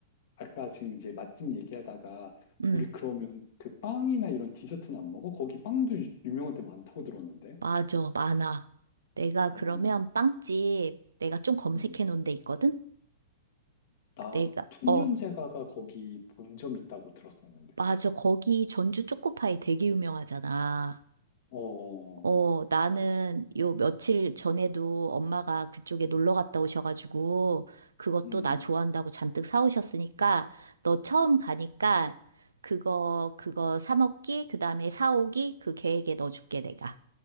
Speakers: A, on the left (about 55°); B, on the right (about 80°).
A: 아까 지금 이제 맛집 얘기하다가
B: 음.
A: 우리 그러면 그 빵이나 이런 디저트는 안 먹어? 거기 빵도 유- 유명한 데 많다고 들었는데.
B: 맞아, 많아. 내가 그러면
A: 음,
B: 빵집 내가 좀 검색해
A: 음.
B: 놓은 데 있거든?
A: 나
B: 내가,
A: 풍년제과가
B: 어,
A: 거기 본점 있다고 들었었는데.
B: 맞아. 거기 전주 초코파이 되게 유명하잖아.
A: 어,
B: 어, 나는 요 며칠 전에도 엄마가 그쪽에 놀러 갔다 오셔가지고 그것도
A: 음,
B: 나 좋아한다고 잔뜩 사오셨으니까 너 처음 가니까 그거, 그거 사 먹기, 그 다음에 사오기 그 계획에 넣어줄게, 내가.